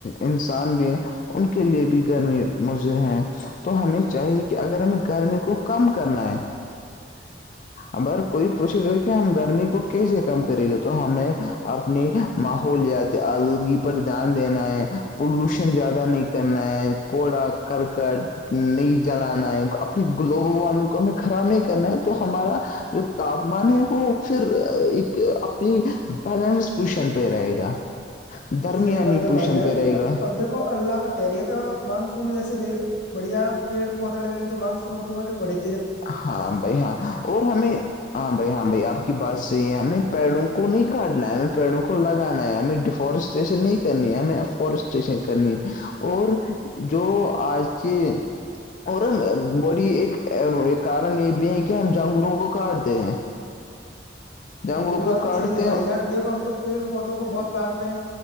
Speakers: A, on the left; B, on the left.
A: انسان بھی ان کے لیے بھی گرمی مضر ہیں تو ہمیں چاہیے کہ اگر ہمیں گرمی کو کم کرنا ہے
B: ج
A: اگر کوئی پوچھے گا کہ ہم گرمی کو کیسے کم کرے گے تو ہمیں اپنی ماحول جیات آلودگی پر دھیان دینا ہے پلوشن زیادہ نہیں کرنا ہے گھڑا کرک نہیں جلانا ہے اپنی گلوبل وارمنگ کو ہمیں خراب نہیں کرنا ہے تو ہمارا جو تاپمان ہے وہ پھر ایک اپنی بیلنس پوشن پہ رہے گا درمیانی
B: صحیح بات ہے
A: پوشن
B: بھائی جان
A: پہ رہے گا
B: اور دیکھو اللہ کا کہہ رہیے تھا مانسون ایسے دیک بڑھیا پیڑ پوتا لگے ہیں تو منسوٹو مٹے بڑھی
A: ہاں بھائی ہاں اور ہمیں ہاں بھائی ہاں بھائی آپ کی بات صحی ہے ہمیں پیڑوں کو نہیں کاٹنا ہے ہمیں پیڑوں کو لگانا ہے ہمیں ڈیفورسٹ اسٹیشن نہیں کرنی ہمیں فورسٹ اسٹیشن کرنی ہے اور جو آج کے اور ہم بڑی ایک کارن یہ بھی ہے کہ ہم جنگلوں کو کاٹتے ہیں جنگلوں
B: وہ بات
A: کو کاٹتے
B: صحیح ہے بھائی
A: ہیں
B: یہان دیکھو اپ تو پیڑ پودوں کو بہت کاٹ رہے ہیں